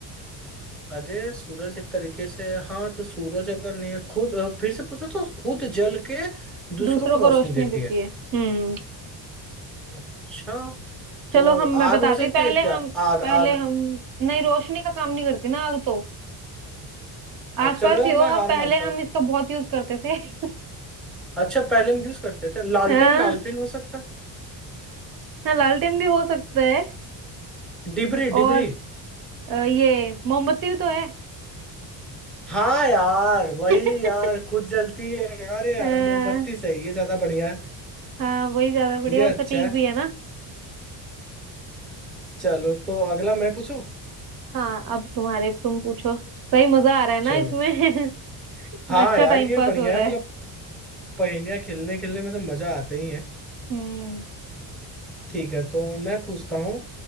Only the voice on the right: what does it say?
दूसरों
को रोशनी
देती
है हम्म
चलो हम मैं
बताती
पहले
हम
पहले
हम नहीं रोशनी का काम नहीं करती ना आग तो
आसपास
ही हो
आप
पहले
हम
इसका बहुत यूज करते थे <laughs>
हाँ
हाँ लालटेन भी हो सकता है
और
अ, ये मोमबत्ती भी तो है
<laughs>
हाँ
हाँ वही ज्यादा बढ़िया
और सटीक
भी है ना
हाँ अब तुम्हारे तुम पूछो सही मजा आ रहा है ना
इसमें
<laughs> अच्छा
टाइम
पास
हो रहा
है
हम्म